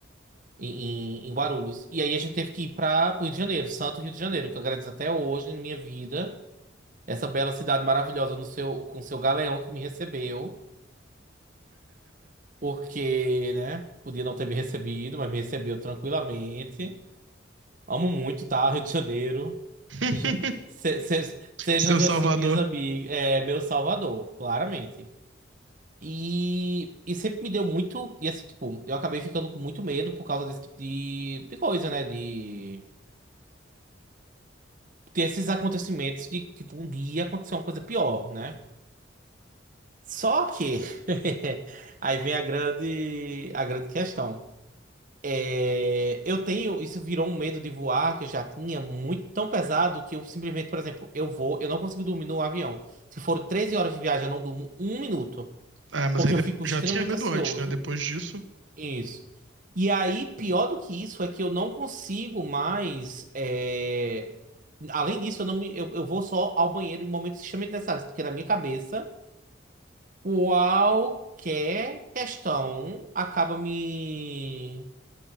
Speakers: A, on the right; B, on the right.
A: Em, em- em Guarulhos. E aí a gente teve que ir para o Rio de Janeiro, Santo Rio de Janeiro, que eu agradeço até hoje na minha vida. Essa bela cidade maravilhosa no seu, com seu galeão que me recebeu. porque, né, podia não ter me recebido, mas me recebeu tranquilamente. Amo muito, tá? Rio de Janeiro.
B: <laughs>
A: Sejam, se, se- sejam
B: Seu Salvador.
A: assim minhas amigas, é, meu salvador, claramente. E, e sempre me deu muito. E assim, tipo, eu acabei ficando com muito medo por causa desse tipo de, de coisa, né? De ter esses acontecimentos de, tipo, um dia acontecer uma coisa pior, né? Só que <laughs> aí vem a grande, a grande questão. É, eu tenho, isso virou um medo de voar que eu já tinha muito tão pesado que eu simplesmente, por exemplo, eu vou, eu não consigo dormir no avião. Se for 13 horas de viagem, eu não durmo um minuto,
B: Ah, mas
A: porque
B: aí de-
A: eu fico extremamente
B: já tinha medo
A: ansioso.
B: antes, né? Depois disso.
A: Isso. E aí, pior do que isso, é que eu não consigo mais. é, Além disso, eu não me, eu, eu vou só ao banheiro em momentos extremamente necessários, porque na minha cabeça, qualquer questão acaba me